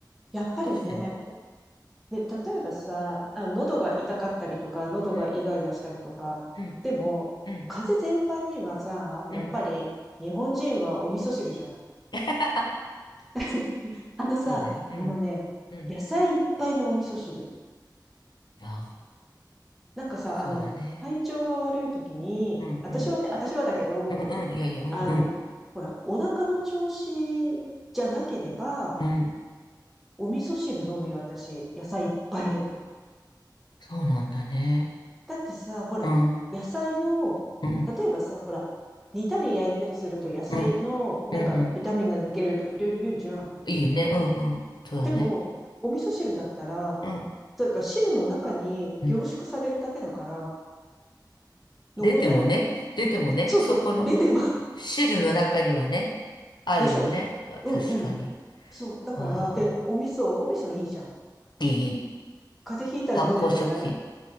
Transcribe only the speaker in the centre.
やっぱりね。
で、例えばさ、あ、喉が痛かったりとか、喉がイガイガしたりとか。
でも、
風邪全般にはさ、
やっぱり日本人はお味噌汁じゃない。
<laughs> あのさ、
あのね、
野菜いっぱいのお味噌汁。
なんかさ、
あの、体調が悪い時に、
私はで、私はだけど、
あの、ほら、お腹の調子じゃなければ、
お味噌汁飲むよ、私。野菜いっぱい入れて。
だってさ、ほら、
野菜の、
例えばさ、ほら、煮たり焼いたりすると野菜の、
なんか、
ビタミンが抜けるとかいろいろ言うじゃん。
でも、お味噌汁だったら、
というか汁の中に凝縮されるだけだから、
残んない
そうそう、
レデマ、
でしょ
うんうん。そう、だから、
で、お味噌、お味噌いいじゃん。
風邪ひいたら飲めとか言わない